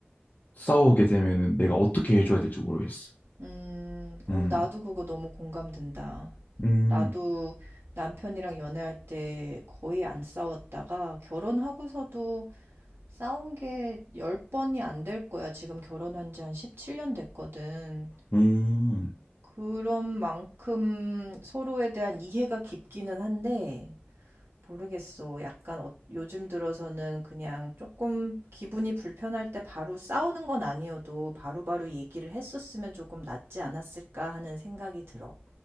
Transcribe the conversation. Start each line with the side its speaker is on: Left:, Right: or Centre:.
Left: 싸우게 되면은 내가 어떻게 해줘야 될지 모르겠어.
Right: 음, 어,
Left: 음,
Right: 나도 그거 너무 공감된다.
Left: 음,
Right: 나도 남편이랑 연애할 때 거의 안 싸웠다가 결혼하고서도 싸운 게 10번이 안 될 거야. 지금 결혼한 지 한 17년 됐거든.
Left: 음,
Right: 그런 만큼 서로에 대한 이해가 깊기는 한데, 모르겠어. 약간 어- 요즘 들어서는 그냥 조금 기분이 불편할 때 바로 싸우는 건 아니어도 바로바로 얘기를 했었으면 조금 낫지 않았을까 하는 생각이 들어.